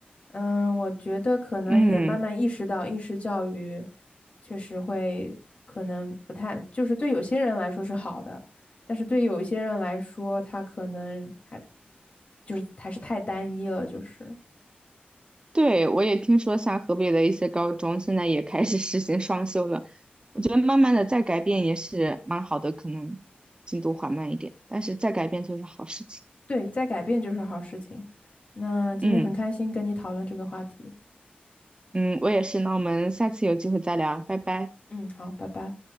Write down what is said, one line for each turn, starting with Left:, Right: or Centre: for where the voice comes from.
Left: 嗯，我觉得可能也慢慢意识到应试教育
Right: 嗯。
Left: 确实会可能不太，就是对有些人来说是好的，但是对有一些人来说，他可能还就是还是太单一了，就是。
Right: 对，我也听说像河北的一些高中现在也开始实行双休了，我觉得慢慢的再改变也是蛮好的，可能进度缓慢一点，但是再改变就是好事情。
Left: 对，在改变就是好事情。那今天很开心跟你讨论这个话题。
Right: 嗯嗯，我也是，那我们下次有机会再聊，拜拜。
Left: 嗯，好，拜拜。